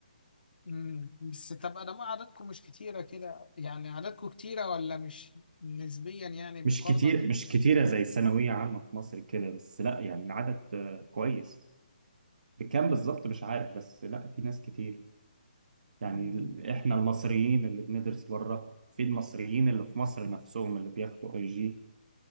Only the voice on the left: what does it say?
امم بس تبقى ده اعدادكم مش كتيره كده يعني اعدادكم كتيره ولا مش نسبيا يعني مقارنه
بال
امم